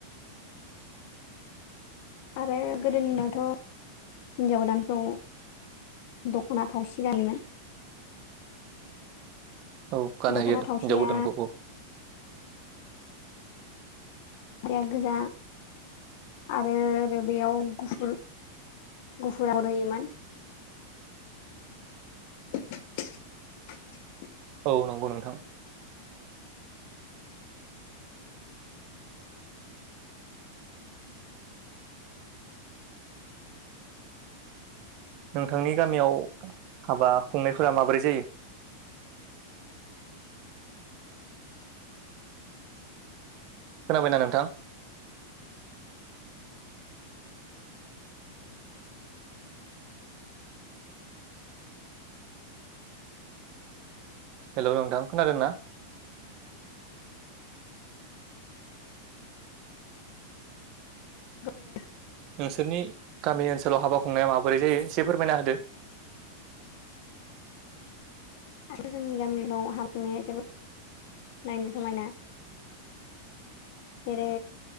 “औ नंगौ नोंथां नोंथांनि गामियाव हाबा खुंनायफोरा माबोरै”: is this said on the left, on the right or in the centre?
Right